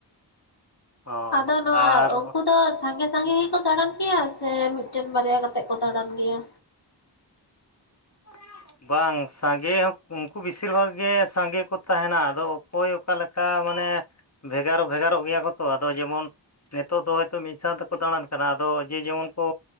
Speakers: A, on the left; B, on the left.
A: ᱦᱳᱭ
B: ᱟᱫᱚ ᱱᱚᱣᱟ
A: ᱟᱨ
B: ᱩᱱᱠᱩ ᱫᱚᱼᱼ ᱥᱟᱸᱜᱮ ᱥᱟᱸᱜᱮ ᱜᱮᱠᱚ ᱫᱟᱬᱟᱱ ᱜᱮᱭᱟ ᱥᱮ ᱢᱤᱫᱴᱮᱱ ᱵᱟᱨᱭᱟ ᱠᱟᱛᱮᱫ ᱠᱚ ᱫᱟᱲᱟᱱ ᱜᱮᱭᱟ?
A: <inaudible> ᱵᱟᱝ ᱥᱟᱸᱜᱮ ᱦᱚᱸ ᱩᱱᱠᱩ ᱵᱤᱥᱤᱨ ᱵᱷᱟᱜᱽ ᱜᱮ ᱥᱟᱸᱜᱮ ᱠᱚ ᱛᱟᱦᱮᱸᱱᱟ ᱟᱫᱚ ᱚᱠᱚᱭ ᱚᱠᱟ ᱞᱮᱠᱟ ᱢᱟᱱᱮᱼᱼ ᱵᱷᱮᱜᱟᱨ ᱵᱷᱮᱜᱟᱨᱚᱜ ᱜᱮᱭᱟ ᱠᱚᱛᱚ, ᱟᱫᱚ ᱡᱮᱢᱚᱱᱼᱼ ᱱᱤᱛᱚᱜ ᱫᱚ ᱦᱚᱭᱛᱚ ᱢᱤᱫ ᱥᱟᱸᱣ ᱛᱮᱠᱚ ᱫᱟᱬᱟᱱ ᱠᱟᱱᱟ ᱟᱫᱚ ᱡᱮ ᱡᱮᱢᱚᱱ ᱠᱚᱼᱼ